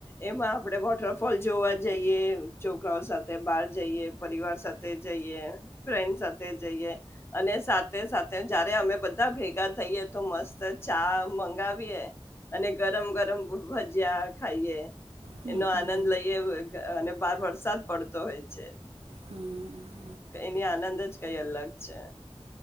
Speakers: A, on the left; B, on the right.
A: એમાં આપડે વોટરફોલ જોવા જઈએ, છોકરાઓ સાથે બાર જઈએ. પરિવાર સાથે જઈએ. ફ્રેન્ડ સાથે જઈએ અને સાથે સાથે જયારે અમે બધા ભેગા થઈએ તો મસ્ત ચા મંગાવીએ. અને ગરમ ગરમ ભ ભજીયા ખાઈએ.
B: હમ
A: એનો
B: હમ
A: આનંદ લઈએ અ ગ અને બાર વરસાદ પડતો હોય છે.
B: હમ
A: એની આનંદ જ કઈ અલગ છે.